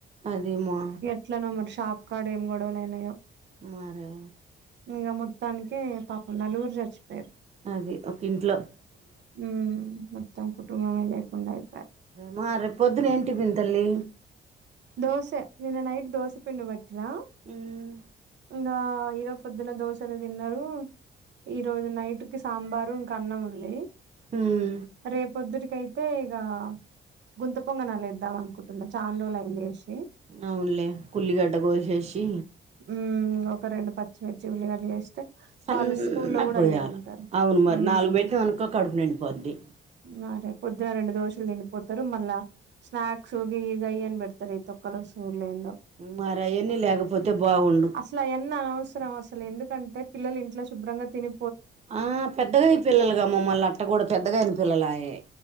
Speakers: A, on the right; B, on the right.
A: అద్ది మా
B: ఎట్లనో మరి షాప్ కాడా ఏం గొడవలైనాయో
A: మరే
B: ఇంగ మొత్తానికే పాపం నలుగురు జచ్చిపోయిరు
A: అది ఒక్కింట్లో
B: ఉమ్ మొత్తం కుటుంబమే లేకుడాయి
A: మా ఆ రేప్పొదున ఏం టిఫిన్ తల్లి
B: దోసే నిన్న నైట్ దోస పిండి వట్టినా
A: ఉమ్
B: ఇంగా ఈరో పొద్దున దోషలే తిన్నరూ ఈ రోజు నైట్ కు సాంబారు ఇంకా అన్నం ఉంది
A: మ్
B: రేప్ పొద్దుడికైతే తే ఇగా గుంత పొంగనలేద్దాం అనుకుంటున్నా చాన్ రోలైంది ఇషి
A: అవ్నులే కుల్లిగడ్డ కోశేషి
B: ఊమ్ ఒక రెండు పచ్చిమిర్చి ఉల్లిగడ్లేసి తే
A: సన్నగా
B: వాళ్ళు స్కూల్లో కూడా
A: గోయాల
B: అయ్యే తింటారు
A: అవును మరి
B: ఉమ్
A: నాలుగు పెట్టినాం అనుకో కడుపు నిండిపోద్ది
B: మారే పొద్దున రెండు దోశలు తిన్ పోత్తరు మళ్ళా స్నాక్సు గియ్యిగయ్యని పెడ్తారు ఈ తొక్కలో స్కూల్ ఎందో
A: మరియన్నీ లేకపోతే బాగుండు
B: అసలు అయన్ని అవసరం అసలు ఎందుకంటే పిల్లలు ఇంట్లో శుభ్రంగా తిని
A: ఆ పెద్దగైన పిల్లల్గామ్మల్లట్ట కూడా పెద్దగైన పిల్లలాయే